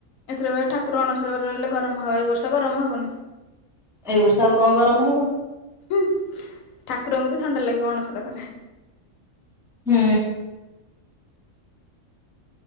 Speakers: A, on the left; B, in the centre.
A: ଏଥିରେ କାଳେ ଠାକୁର ଅଣସର ଘରେ ରହଲେ ଗରମ ହଏ, ଏ ବର୍ଷ ଗରମ ହବନି।
B: ଏଇ ବର୍ଷ ଆଉ କଣ ଗରମ ହବ।
A: ହୁଁ ଠାକୁରଙ୍କୁ ବି ଥଣ୍ଡା ଲାଗିବ ଅଣସର ଘରେ।
B: ହୁଁ।